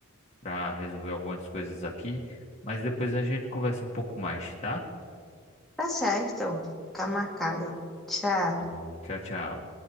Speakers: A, on the left; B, in the centre.
A: para resolver algumas coisas aqui, mas depois a gente conversa um pouco mais, tá?
B: Tá certo. Tá marcado. Tchau.
A: Tá bom, tchau, tchau.